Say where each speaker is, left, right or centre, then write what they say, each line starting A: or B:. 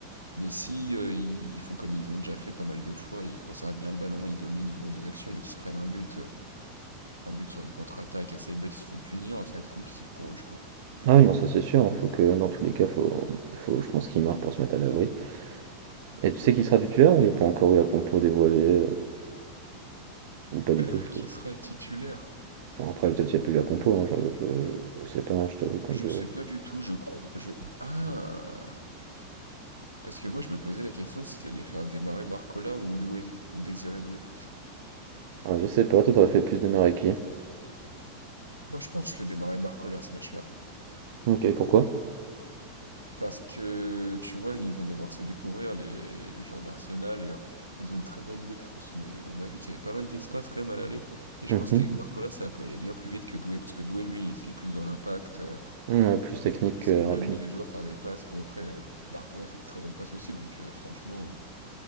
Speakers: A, on the right; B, on the right.
A: Mais si euh, ils, ils font comme ils ont déjà fait pas mal de fois, ils conservent bien le ballon, ils dominent, ils ont des actions, mais qu'ils se prennent un but, euh, un but sur une contre-attaque assez bête, ils se font punir, ça va être compliqué pour eux, je pense.
B: Ah oui, non, ça c'est sûr, hein, faut que dans tous les cas, faut faut je pense qu'il marque pour se mettre à l'abri. Et tu sais qui sera titulaire ou il n'y a pas encore eu la compo dévoilée, heu, ou pas du
A: Euh,
B: tout?
A: qui
B: Parce que
A: sera titulaire?
B: enfin après peut-être il y a plus eu la compo, hein, je je je je sais pas, hein, je t'avoue comme
A: Je
B: je
A: sais pas du tout, je crois. Je... Ah! Parce que moi, je me posais la question s'il allait faire démarrer Barcola ou Doué, ou Désiré Doué.
B: ouais, je sais pas, toi t'aurais fait plus de démarrer
A: Moi, je pense que je fais démarrer Barcola ce match-là.
B: OK, pourquoi?
A: Parce que, tu vois, ils vont devoir se découvrir, les, les joueurs d'Arsenal. Et, euh, ils ont une très bonne défense, mais on a vu qu'il y avait pas mal d'espace quand même à l'aller. Et je
B: Mmh
A: pense qu'avec Barcola, ça peut aller bien plus vite que Doué, parce que Doué, lui, il il est plus dans l'impact, euh,
B: Ouais, plus technique
A: il va plus
B: que
A: aller
B: rapide.
A: dribbler les joueurs, faire des passes. Bon, après, euh, Barcola fait de très bonnes passes aussi, donc euh, franchement, euh,